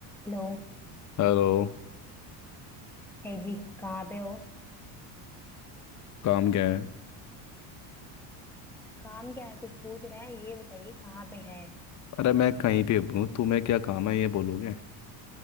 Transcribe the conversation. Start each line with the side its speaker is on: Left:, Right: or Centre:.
Centre: Hello
Left: Hello
Centre: है जी कहाँ पे हो
Left: काम क्या है
Centre: काम क्या है कुछ पूछ रहा है ये बताइए कहाँ पे है
Left: अरे मैं कहीं भी हूँ तुम्हें क्या काम है ये बोलोगे